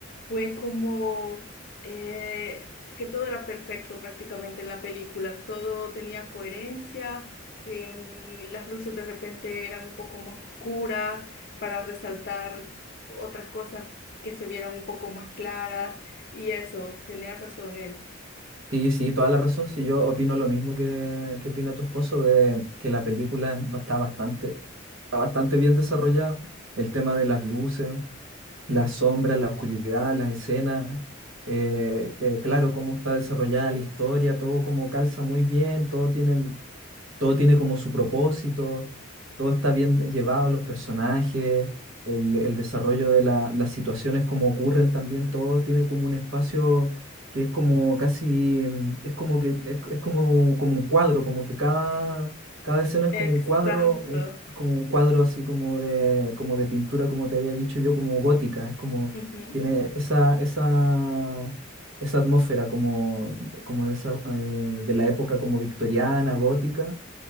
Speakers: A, on the left; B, on the right.
A: Fue como eh, que todo era perfecto prácticamente en la película, todo tenía coherencia, em, las luces de repente eran un poco más oscuras para resaltar otras cosas que se vieran un poco más claras y eso, tenía razón él.
B: Sí, sí, toda la razón. Sí, yo opino lo mismo que, que opina tu esposo, de que la película es está bastante, está bastante bien desarrollada. El tema de las luces, las sombras, la oscuridad, las escenas, eh, eh, claro, cómo está desarrollada la historia, todo como calza muy bien, todo tiene todo tiene como su propósito, todo está bien llevado, los personajes, el, el desarrollo de la- las situaciones como ocurren también, todo tiene como un espacio que es como casi, mm, es como que, es, es como, como un cuadro, como que cada, cada escena es
A: Exacto.
B: como un cuadro, un- como un cuadro así como de, como de pintura, como te había dicho yo, como gótica, es como,
A: Ujú,
B: tiene esa, esa, esa atmósfera como, como de esa, eh, de la época como victoriana, gótica